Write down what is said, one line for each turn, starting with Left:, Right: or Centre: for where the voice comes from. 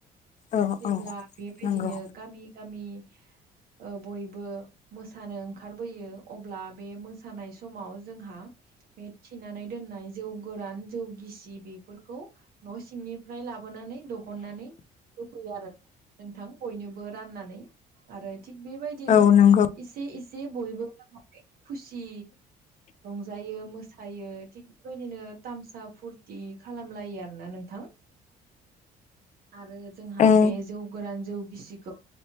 Left: औ
Right: जेब्ला
Left: औ
Right: बेबायदिनो
Left: नंगौ
Right: गामि गामि ओ बयबो मोसानो ओंखारबोयो अब्ला बे मोसानाय समाव जोंहा बे थिनानै दोननाय जौ गोरान जौ गिसि बेफोरखौ न' सिंनि ओमफ्राय लाबोनानै दिहुननानै होफैयो आरो नोंथां बयनोबो राननानै आरो थिग बेबायदिनो
Left: औ नंगौ
Right: एसे एसे बयबो खुसि रंजायो मोसायो थिग बेबायदिनो थामसा फुरथि खालामलायो आरो ना नोंथां आरो जोंहा
Left: औ
Right: बे जौ गोरान जौ गिसिखौ